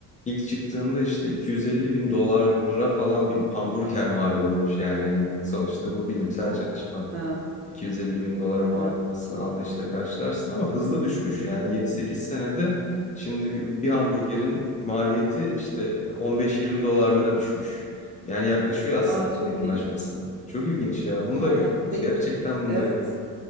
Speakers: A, on the left; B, on the right.
A: ilk çıktığında işte 250 bin dolara falan bir hamburger mal oluyormuş. Yani hani sonuçta bu bilimsel
B: Oh.
A: çalışma.
B: Ha,
A: 250 bin dolara mal
B: evet.
A: olmasını anlayışla karşılarsın ama hızlı düşmüş. Yani 7-8 senede şimdi bir, bir hamburgerin maliyeti işte 15-20 dolarlara düşmüş. Yani yaklaşıyor aslında
B: Aa çok
A: yakınlaşması.
B: iyi.
A: Çok ilginç ya. Bunu
B: Aynen.
A: da görüyoruz.
B: Peki.
A: Gerçekten bunu
B: Evet.
A: da